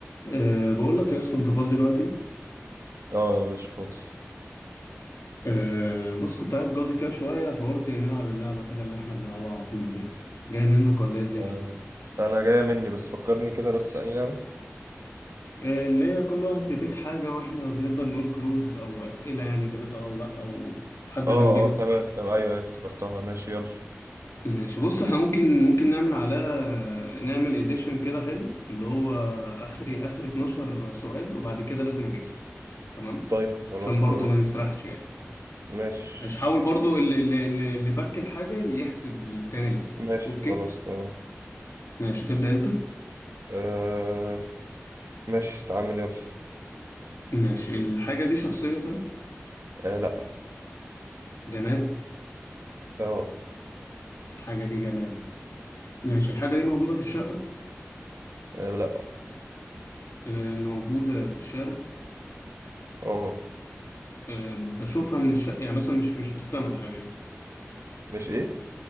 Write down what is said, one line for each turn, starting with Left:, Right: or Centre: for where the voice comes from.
Left: أه بقول لك يا اسطى انت فاضي دلوقتي
Right: اه مش فاضي
Left: أه بص كنت قاعد جاضي كده شويه فقلت نلعب اللعبه كده اللي احنا بنلعبها على طول دي جاي منك ولا ايه الدنيا
Right: آه، انا جاية مني بس فكرني كده بس اني لعبة
Left: أه اللي هي كل واحد بيبيك حاجه واحنا بنفضل نقول كلوز او اسئله يعني جابتها او لا او حد
Right: اه
Left: ما نجيبها
Right: اه تمام تمام ايوه ايوه افتكرتها ماشي يلا
Left: ماشي بص احنا ممكن ممكن نعمل على نعمل اديشن كده حلو اللي هو اخري اخر 12 سؤال وبعد كده لازم اجس تمام
Right: طيب خلاص
Left: عشان برضو
Right: تمام
Left: ما نسرحش يعني
Right: ماشي
Left: ماشي حاول برضو اللي, اللي, اللي اللي بك الحاجة يحسب للتاني الأسئلة
Right: ماشي
Left: أوكي
Right: خلاص تمام
Left: ماشي هتبدأ أنت
Right: آه ماشي تعامل يلا
Left: ماشي الحاجة دي شخصية طيب
Right: آه لا
Left: جماد
Right: اه
Left: الحاجة دي جماد ماشي الحاجة دي موجودة في الشقة
Right: آه، لا
Left: آه، موجودة في الشارع
Right: اه
Left: آه، بشوفها من الشقة يعني مثلا مش مش في السماء الحاجة دي
Right: مش ايه